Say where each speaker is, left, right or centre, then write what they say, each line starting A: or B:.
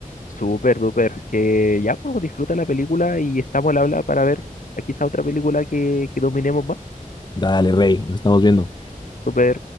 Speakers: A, on the left; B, on the left.
A: Súper, duper. Que ya, pues disfruta la película y estamos al habla para ver eh, quizá otra película que, que dominemos más.
B: Dale, Rey, nos estamos viendo.
A: Súper.